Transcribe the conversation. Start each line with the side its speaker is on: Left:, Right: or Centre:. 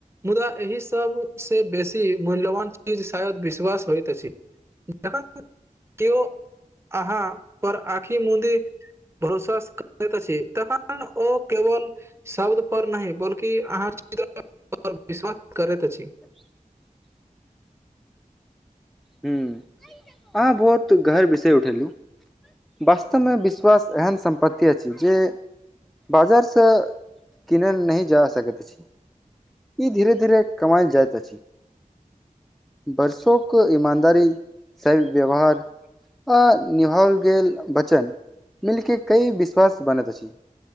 Right: मुदा एहि सब से बेसी मूल्यवान चीज शायद विश्वास होयत अछि जखन केओ अहाँ पर आँखि मुदी भरोसा करैत अछि तखन ओ केवल शब्द पर नहि बल्कि <inaudible> विश्वास करैत अछि
Centre: <inaudible> हं अहाँ बहुत गहर बिसरि उठेलहु वास्तवमें विश्वास एहन सम्पत्ति अछि जे बाजार स किनैल नहि जा सकैत छी ई धीरे धीरे कमाइल जाइत अछि बर्षो कोइ इमानदारी स व्यवहार आ निभाओल गेल वचन मिलिक कई विश्वास बनैत अछि